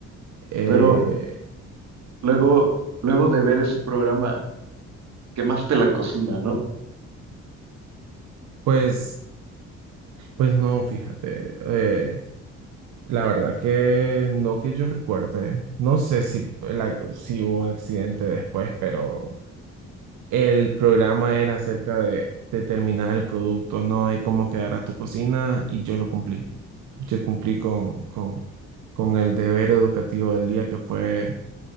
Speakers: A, on the right (about 85°); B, on the right (about 65°).
A: Eh,
B: Pero luego, luego de ver ese programa, quemaste la cocina, ¿no?
A: pues, pues no, fíjate, eh, la verdad que no que yo recuerde, no sé si, la- si hubo un accidente después, pero El programa era acerca de, de terminar el producto, no de cómo quedara tu cocina, y yo lo cumplí. Yo cumplí con, con, con el deber educativo del día que fue